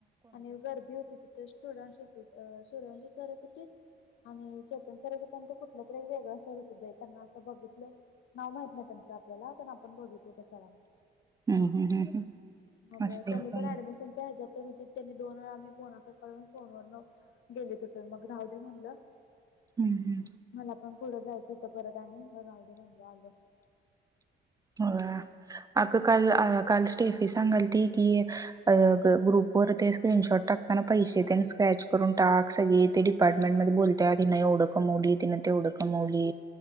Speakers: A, on the left (about 75°); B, on the right (about 20°).
A: आणि गर्दी होती तिथं स्टुडंट्स होतीत सूर्यवंशी सर एक <unintelligible> होतीत. आणि चेतन सर एक हुता. ते कुठलं तरी एक वेगळं सर होतीत. बई त्यांना असं बघितलोय नाव माहित नाही त्यांच <unintelligible> आपल्याला पण आपण बघितलोय त्या सरांना.
B: हम्म हम्म हम्म हम्म.
A: मग
B: असतील
A: त्यांनी
B: कोण
A: पण ऍडमिशनच्या हच्यात ते नी ते दोन वेळा आम्ही बोनाफाईडय काढून फोन वरन गेले तिथं मग राहूदे म्हणलं.
B: हम्म हम्म.
A: मला पण पुढं जायचं हुतं परत आणि म राहूदे म्हणलं आलो.
B: ह <inaudible> आग काल अ काल स्टेफी सांगालती की अ ग्रुप वर ते स्क्रीन शॉट टाक टाकताना पैसे तेन स्क्रॅच करून टाक. सगळी इथे डिपार्टमेंट मध्ये बोलत्यात इन एवढं कमावली, तिनं तेवढं कमावली,